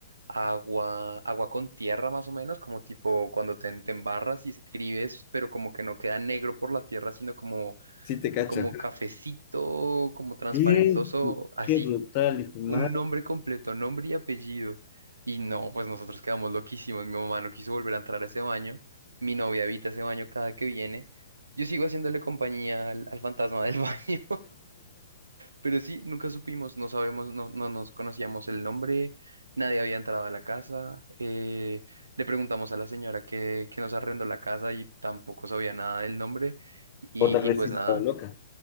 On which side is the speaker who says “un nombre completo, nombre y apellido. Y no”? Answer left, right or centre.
Right